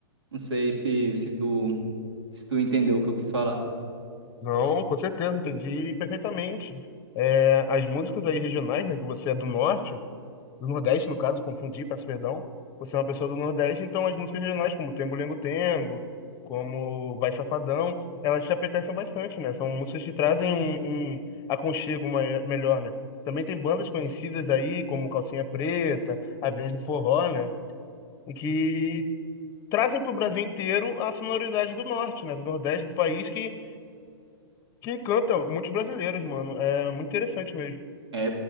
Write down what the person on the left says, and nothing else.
Não, com certeza, entendi perfeitamente. É, as músicas aí regionais, né, que você é do norte. do Nordeste, no caso, confundi, peço perdão. Você é uma pessoa do Nordeste, então as músicas regionais, como Tengo Lengo Tengo, como Vai Safadão, elas te apetecem bastante, né? São músicas que trazem um, um aconchego mai- melhor, né? Também tem bandas conhecidas daí, como Calcinha Preta, Aviões de Forró, né? E que trazem para o Brasil inteiro a sonoridade do Norte, né? Do Nordeste do país, que, que encanta muitos brasileiros, mano. É muito interessante mesmo.